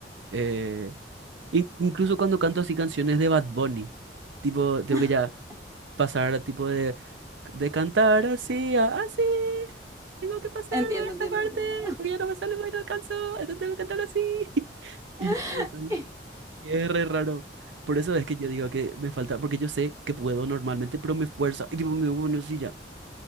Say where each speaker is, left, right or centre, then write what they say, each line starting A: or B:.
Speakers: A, on the right (about 80°); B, on the right (about 20°).
A: eh, in- incluso cuando canto así canciones de Bad Bunny, tipo, tengo
B: <laughs>
A: que ya pasar tipo de De cantar así, a- así. Tengo que pasar
B: Entiendo,
A: a esta
B: entiendo,
A: parte
B: entiendo.
A: porque ya no me sale más y no alcanzo. Entonces tengo que cantar así. <laughs> Y
B: <laughs>
A: ya no me sale. Y es re raro. Por eso es que yo digo que me falta, porque yo sé que puedo normalmente, pero me esfuerza. Y tipo, me pongo así ya.